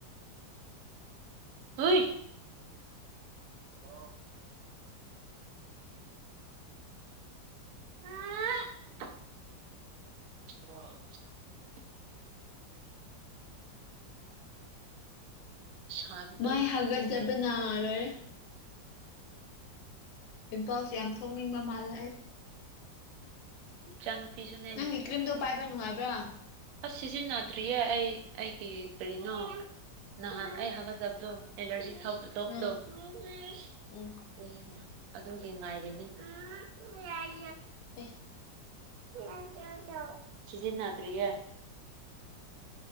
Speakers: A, on the right; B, on the left.
A: ꯍꯨꯢ <unintelligible> <unintelligible> ꯁꯥꯕꯗꯣ
B: ꯃꯥꯏ ꯍꯒꯠ
A: ꯁꯥꯕꯗꯣ
B: ꯖꯕꯅ ꯂꯣꯏꯔꯦ ꯄꯤꯝꯄꯜꯁ ꯌꯥꯝ ꯊꯣꯛꯅꯤꯡꯕ ꯃꯥꯜꯂꯦ ꯑꯩ
A: ꯏꯆꯥꯅꯨꯨꯄꯤꯁꯨꯅꯦ
B: ꯅꯪꯒꯤ ꯀ꯭ꯔꯤꯝꯗꯣ ꯄꯥꯏꯕ ꯅꯨꯡꯉꯥꯏꯕ꯭ꯔꯥ
A: ꯑꯁ ꯁꯤꯖꯤꯟꯅꯗ꯭ꯔꯤꯌꯦ ꯑꯩ ꯑꯩꯒꯤ ꯀꯔꯤꯅꯣ ꯅꯍꯥꯟ ꯑꯩ ꯍꯒꯠꯆꯕꯗꯨ ꯑꯦꯂꯔꯖꯤ ꯊꯧ ꯄꯨꯊꯣꯞꯄꯗꯣ
B: ꯎꯝ
A: <unintelligible>
B: ꯎꯝ
A: ꯑꯗꯨꯒꯤ ꯉꯥꯏꯔꯤꯅꯦ <unintelligible>
B: ꯑꯩꯁ
A: <unintelligible> ꯁꯤꯖꯤꯟꯅꯗ꯭ꯔꯤꯌꯦ